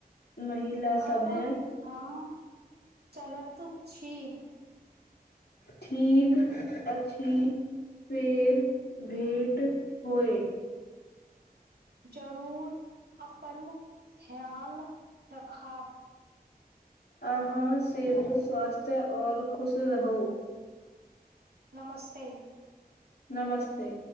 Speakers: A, on the left; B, on the right.
A: महिला सभे
B: आब हम चलत छी
A: ठीक अछि फेर भेट होय
B: ज जरूर अपन ध्यान रखब
A: अहाँ सेहो स्वास्थ्य आओर खुश रहू
B: नमस्ते
A: नमस्ते